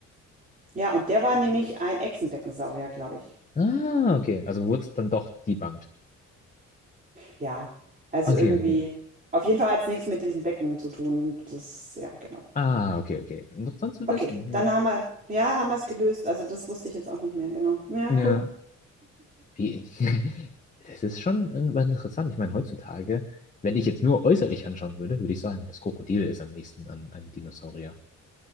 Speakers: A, on the right; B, on the left.
A: Ja, und der war nämlich ein Echsenbeckensaurier, glaube ich.
B: Ah, okay, also wurde es dann doch debunked.
A: Ja, also
B: Okay,
A: irgendwie.
B: okay.
A: Auf jeden Fall hat es nichts mit diesem Becken zu tun. Das, ja, genau.
B: Ah, okay, okay. Interessant zu
A: Okay,
B: wissen,
A: dann
B: ja.
A: haben wir, ja, haben wir es gelöst. Also das wusste ich jetzt auch nicht mehr, genau. Ja,
B: Ja.
A: cool.
B: Wie, <laughs> das ist schon in- interessant. Ich meine, heutzutage, wenn ich jetzt nur äußerlich anschauen würde, würde ich sagen, das Krokodil ist am nächsten an, an Dinosaurier.